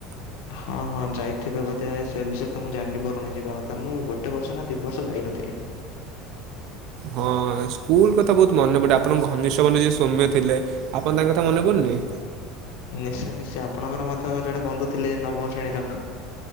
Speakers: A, on the left; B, on the right.
A: ହଁ ହଁ, ଯାଇଥିବେ ବୋଧେ। ସେ ବିଷୟରେ ତ ମୁଁ ଜାଣିନି ବରୁଣେଇ ଯିବା କଥା! ମୁଁ ଗୋଟେ ବର୍ଷ ନା ଦି ବର୍ଷ ଯାଇନଥିଲି।
B: ହଁ ସ୍କୁଲ କଥା ବହୁତ ମନେ ପଡେ। ଆପଣଙ୍କ ଘନିଷ୍ଠ ବନ୍ଧୁ ଯିଏ ସୌମ୍ୟ ଥିଲେ? ଆପଣଙ୍କ ତାଙ୍କ କଥା ମନେପଡୁଛି?
A: ନିଶ୍ଚୟ ନିଶ୍ଚୟ। ଆପଣଙ୍କର ମଧ୍ୟ ଜଣେ ବନ୍ଧୁ ଥିଲେ ନବମ ଶ୍ରେଣୀର?